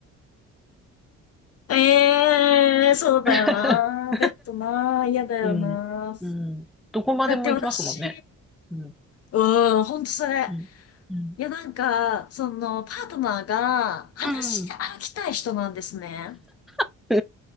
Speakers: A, on the left; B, in the centre.
A: ええそうだよな。
B: <laughs>
A: ベッドな。嫌だよな。
B: うん、うん。どこまでも行きますもんね。
A: だって私、
B: うん、
A: うん、ほんとそれ。
B: うん、うん。
A: いや、なんか、その、パートナーが、裸足で歩きたい人なんですね。
B: うん。<laughs>